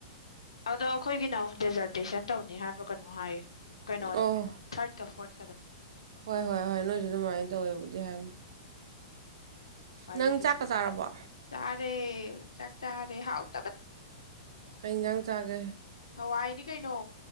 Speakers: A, on the left; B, on the right.
A: ꯑꯗꯣ ꯑꯩꯈꯣꯏꯒꯤꯅ ꯑꯃꯨꯛ ꯗꯦꯖꯔꯇꯦꯁꯟ ꯇꯧꯅꯤ ꯍꯥꯏꯕ꯭ꯔ ꯀꯅꯣ ꯍꯥꯏꯌꯦ ꯀꯩꯅꯣꯗꯣ
B: ꯑꯣ
A: ꯊꯥꯔꯠ ꯀ ꯐꯣꯔꯠꯀꯗ
B: ꯍꯣꯏ ꯍꯣꯏ ꯍꯣꯏ ꯅꯣꯏꯗꯨꯅ ꯑꯗꯨꯃꯥꯏꯅ ꯇꯧꯋꯦꯕꯨꯗꯤ ꯍꯥꯏꯕꯅꯤ
A: ꯋꯥꯔꯤꯒꯁꯤ
B: ꯅꯪ ꯆꯥꯛꯀ
A: ꯌꯦꯡꯎ
B: ꯆꯥꯔꯕꯣ
A: ꯆꯥꯔꯦ ꯆꯥꯛ ꯆꯥꯔꯦ ꯍꯥꯎꯇꯕ
B: ꯀꯩ ꯏꯟꯖꯥꯡ ꯆꯥꯒꯦ
A: ꯍꯋꯥꯏꯅꯤ ꯀꯩꯅꯣ